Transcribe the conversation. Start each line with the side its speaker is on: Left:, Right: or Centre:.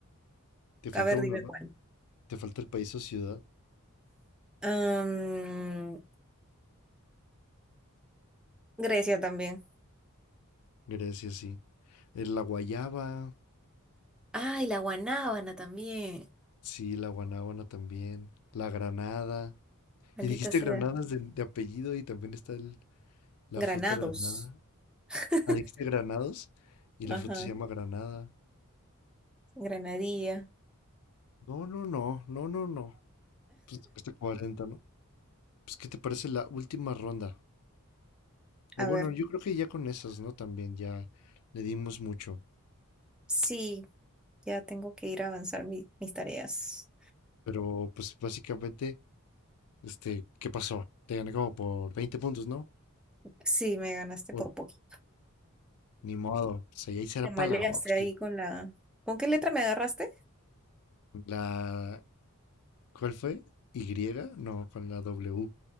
Left: Te falta
Centre: A ver,
Left: uno,
Centre: dime
Left: ¿no?
Centre: cuál.
Left: Te falta el país o ciudad.
Centre: Am, Grecia también.
Left: Grecia, sí. Es la guayaba.
Centre: Ay, la guanábana también.
Left: Sí, la guanábana también. La granada.
Centre: Maldita
Left: Y dijiste
Centre: sea.
Left: granadas de, de apellido y también está el- la
Centre: Granados.
Left: fruta granada.
Centre: <laughs>
Left: Ah, dijiste granados y la
Centre: Ajá,
Left: fruta se llama granada.
Centre: granadilla.
Left: No, no, no, no, no, no. Pues hasta 40, ¿no? Pues, ¿qué te parece la última ronda? O
Centre: A
Left: bueno,
Centre: ver,
Left: yo creo que ya con esas, ¿no? También ya le dimos mucho.
Centre: sí, ya tengo que ir a avanzar mi- mis tareas.
Left: Pero, pues, básicamente, este, ¿qué pasó? Te gané como por 20 puntos, ¿no?
Centre: Sí, me ganaste
Left: O,
Centre: por poquito.
Left: ni modo. O sea, y ahí será
Centre: Te maleaste
Left: para la Oxy.
Centre: ahí con la... ¿Con qué letra me agarraste?
Left: La ¿Cuál fue? ¿Y? No, con la W.